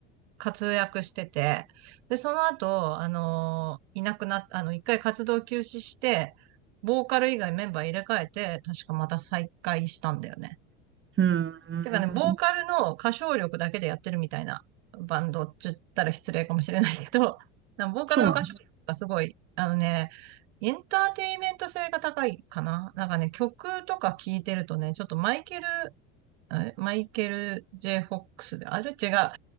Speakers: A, on the right (about 75°); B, on the right (about 35°).
A: 活躍してて、で、その後、あのーいなくなっ、あの、一回活動休止して、ボーカル以外メンバー入れ替えて、確かまた再開したんだよね。
B: うーん。
A: てかね、ボーカルの歌唱力だけでやってるみたいなバンドって言ったら失礼かもしれないけど、<laughs> なんかボーカルの歌唱力がすごい、
B: そうなんだ。
A: あのね、エンターテイメント性が高いかな。なんかね、曲とか聴いてるとね、ちょっとマイケルあれ、マイケル・ J・フォックスで、あれ違う。誰だっ